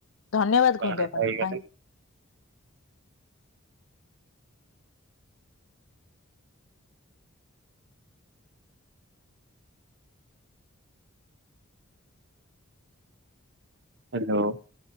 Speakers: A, on the left; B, on the right.
A: ଧନ୍ୟବାଦ
B: ବାରଟା
A: କୁହନ୍ତୁ ଆପଣ
B: ହେଇଗଲେ
A: କାହିଁକି।
B: ହ୍ୟାଲୋ।